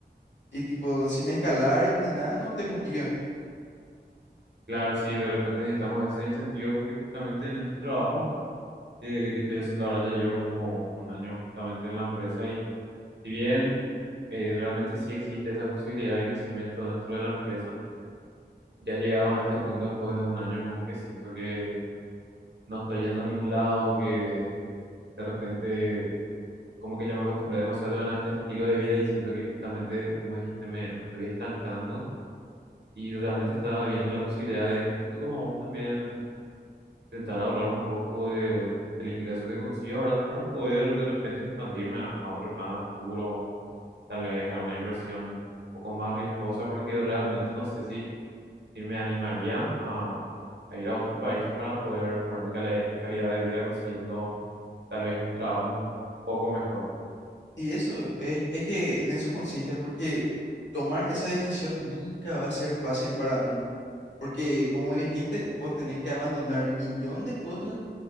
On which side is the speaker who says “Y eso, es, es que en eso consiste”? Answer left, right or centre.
Left